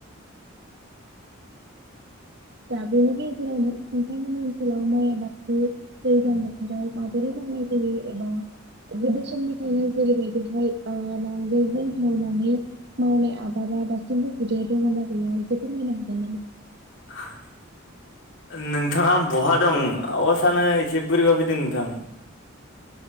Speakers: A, on the right; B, on the left.
A: दा बेनि गेजेरनो नोंथांमोननि ओनसोलाव माइ आबादखौ दैज्लां बोथोराव माबादि मावनाय जायो
B: <inaudible>
A: एबा गोदो समनिफ्रायायनो जेरैबायदिहाय नांगोलजों एवनानै माउनाय आबादा दासिमबो हुदाया दंना गैया बेखौ फोरमायना होनो हागोन नामा
B: <inaudible> नोंथाङा बहा दं आवासानो एसे बोरैबा फैदों नोंथां